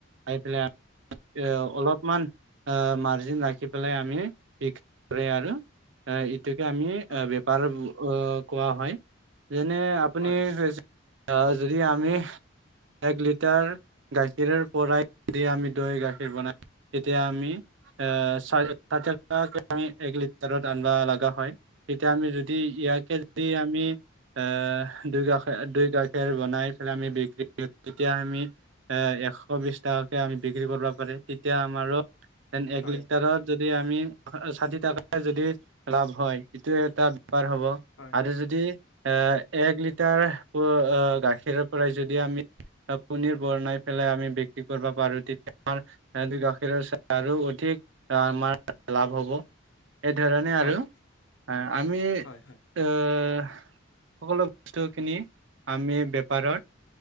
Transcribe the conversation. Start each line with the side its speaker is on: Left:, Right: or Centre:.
Right: আহাই পেলাই এ অলপমান মাৰ্জিন ৰাখি পেলাই আমি বিক্ৰী কৰে আৰু গতিকে আমি
Left: হয়,
Right: বেপাৰ কোৱা হয় যেনে আপুনি
Left: হয়,
Right: আহ যদি আমি এক লিটাৰ গাখীৰ পৰাই দি আমি দৈ গাখীৰ বনাই এতিয়া আমি এম এক লিটাৰত আনিবা লগা হয় তেতিয়া আমি যদি ইয়াকে যদি আমি আহ দুই গাষ দুই খেৰ বনাই পেলাই আমি বিক্ৰী তেতিয়া আমি এ এশ বিশ টকাকে আমি বিক্ৰী কৰিব পাৰে তেতিয়া আমাৰোন এক
Left: হয়,
Right: লিটাৰত
Left: হয়,
Right: যদি আমি ষাঠি টকাই যদি লাভ হয় এইটোোৱে এটা বেপাৰ হ'ব
Left: হয়,
Right: আৰু যদি এ এক লিটাৰ গাখীৰৰ পৰাই যদি আমি কনীৰ বনাই পেলাই আমি বিক্ৰী কৰিব পাৰো তেতিয়া আম সহ গাখীৰৰ আৰু অধিক আমাৰ লাভ হ'ব এইধৰণে
Left: হয়, হয়,
Right: আৰু আমি
Left: হয়,
Right: সকলো বস্তুখিনি আমি বেপাৰত